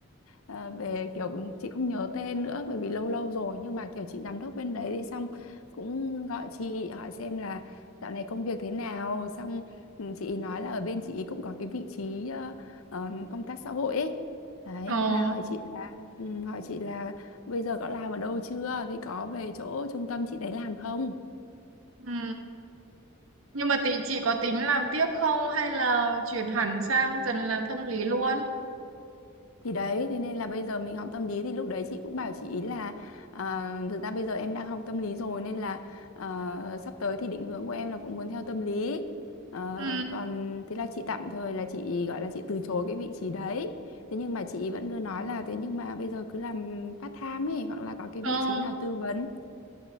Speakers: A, on the left; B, on the right.
A: ờ, về kiểu chị không nhớ tên nữa bởi vì lâu lâu rồi nhưng mà kiểu chị giám đốc bên đấy thì xong cũng gọi chị hỏi xem là dạo này công việc thế nào xong ừ, chị ý nói là ở bên chị ý cũng có cái vị trí ờ, ờ, công tác xã hội ấy. Đấy,
B: ờ,
A: thế là hỏi chị là ừ, hỏi chị là bây giờ có làm ở đâu chưa thì có về chỗ trung tâm chị đấy làm không?
B: ừ. Nhưng mà tính chị có tính làm tiếp không hay là chuyển hẳn sang dần làm tâm lý luôn?
A: Thì đấy, thế nên là bây giờ mình học tâm lý thì lúc đấy chị cũng bảo chị ý là à, thực ra bây giờ em đang học tâm lý rồi nên là à, sắp tới thì định hướng của em là cũng muốn theo tâm lý. Ờ,
B: Ừ,
A: còn thế là chị tạm thời là chị gọi là chị từ chối cái vị trí đấy. Thế nhưng mà chị ý vẫn cứ nói là thế nhưng mà bây giờ cứ làm part time ấy hoặc là có cái
B: ờ,
A: vị trí nào tư vấn.